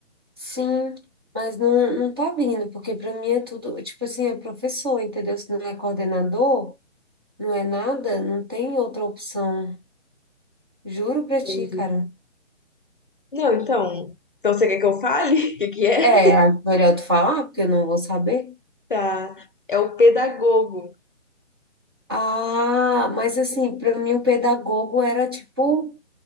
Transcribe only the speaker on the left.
Entendi.
Não, então. Então você quer que eu fale? <laughs> O que que é?
Tá. É o pedagogo.